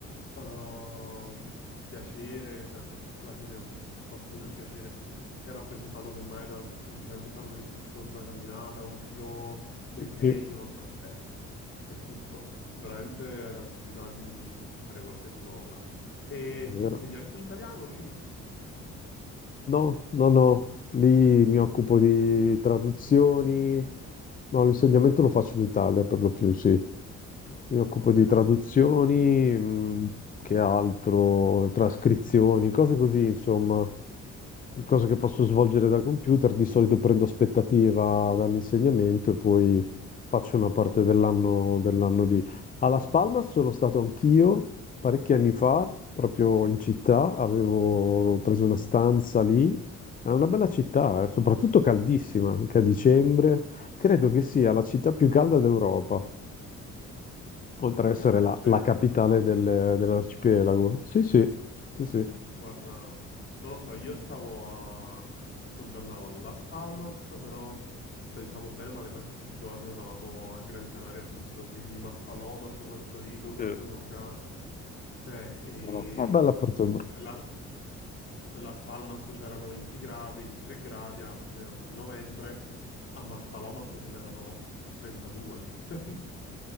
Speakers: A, on the left; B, on the left.
A: ehm, piacere, cioè se alla fine per qualcuno il piacere è rappresentato semmai dal semplicemente fare un'escursione, una camminata, un giro nei canyon,
B: Sì.
A: cioè c'è tutto, veramente la possibilità di, di fare qualsiasi cosa. E
B: Vero.
A: insegni anche l'italiano lì?
B: No, no, no, lì mi occupo di traduzioni, no, l'insegnamento lo faccio in Italia per lo più, sì. Mi occupo
A: Ok,
B: di traduzioni, mh, che altro, trascrizioni, cose così, insomma. cosa che posso svolgere
A: ok.
B: da computer, di solito prendo aspettativa dall'insegnamento e
A: dall'insegnamento,
B: poi faccio
A: poi
B: una parte dell'anno dell'anno lì. A Las Palmas sono stato anch'io parecchi anni fa, proprio in città, avevo preso una stanza lì. È una bella città, eh, soprattutto caldissima, anche a dicembre. Credo che sia la città più calda d'Europa, oltre
A: Ah,
B: ad essere
A: veramente?
B: la, la
A: Io
B: capitale del- dell'arcipelago. Sì, sì, sì, sì.
A: Guarda, non lo so, io stavo a... soggiornavo a Las Palmas, però, cioè diciamo bene o male, quasi tutti i giorni andavamo a Gran Canaria Sud, quindi Maspalomas, Puerto Rico, Puerto
B: Eh,
A: de Morgan, cioè, e
B: no, no. Una bella Porto
A: se Las, se Las Palmas c'erano 20 gra- 23 gradi a fine novembre, a Maspalomas ce n'erano 32. <laughs>